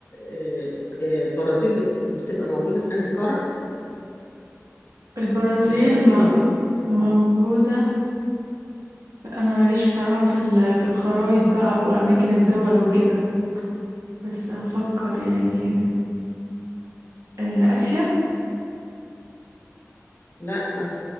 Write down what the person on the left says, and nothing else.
آه، آه، البرازيل بت- بتبقى موجودة في أنهي قارة؟
البرازيل
موجودة
اه
لا آه،